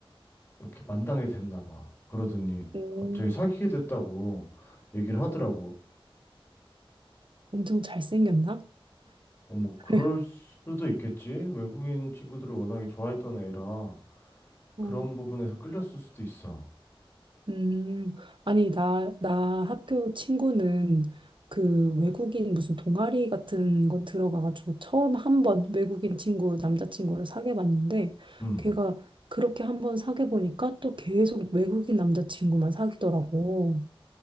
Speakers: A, on the left; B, on the right.
A: 이렇게 만당이 됐나 봐. 그러더니
B: 음.
A: 갑자기 사귀게 됐다고 얘기를 하더라고.
B: 엄청 잘생겼나?
A: 어, 뭐
B: <laughs>
A: 그럴 수도 있겠지. 외국인 친구들을 워낙에 좋아했던 애라
B: 어,
A: 그런 부분에서 끌렸을 수도 있어.
B: 음, 아니, 나, 나 학교 친구는 그 외국인 무슨 동아리 같은 거 들어가가지고 처음 한 번 외국인 친구, 남자친구를 사귀어 봤는데
A: 음,
B: 걔가 그렇게 한 번 사귀어 보니까 또 계속 외국인 남자친구만 사귀더라고.